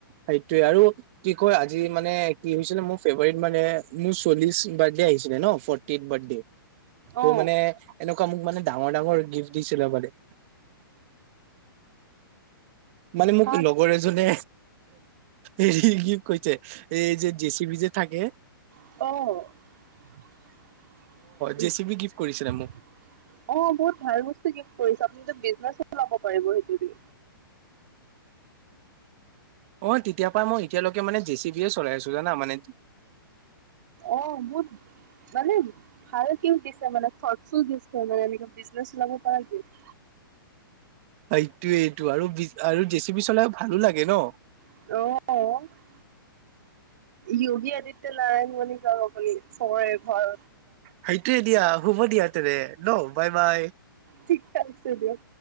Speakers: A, on the right; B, on the right.
A: সেইটোৱে আৰু কি কয় আজি মানে কি হৈছিলে মোৰ ফেবুৱাৰিত মানে মোৰ চল্লিশ বাৰ্থডে আহিছিলে ন ফৰ্টি এইট বাৰ্থডে। ত'
B: অ
A: মানে এনেকুৱা মোক মানে ডাঙৰ ডাঙৰ গিফ্ট দিছিলে মানে মানে মোক
B: তাত
A: লগৰে যোনে হেৰি কি কৈছে এই যে জে চি বি যে থাকে
B: অ
A: জে চি বি গিফ্ট কৰিছিলে মোক
B: অ বহুত ভাল বস্তু গিফ্ট কৰিছ আপুনিটো বিজনেচত ওলাব পাৰিব সেইটো দি।
A: অ তেতিয়াৰ পৰা মই এতিয়ালৈকে মানে জে চি বিয়ে চলাই আছো জানা মানে
B: অ মত মানে ভাল গিফ্ট দিছে মানে স্বচ্ছ গিফটছ গিফ্ট এনেকৈ বিজনে ওলাব পৰা গিফ্ট
A: এইটোয়েই এইটো আৰু আৰু জে চি বি চলাইও ভাল লাগে ন।
B: অ যোগী আদিত্য নাৰায়ণ বুলি জনো কালি ফৰ এভাৰ
A: সেইটোয়ে দিয়া শুব দিয়া তেনে ন বাই বাই
B: ঠিকে আছে দিয়ক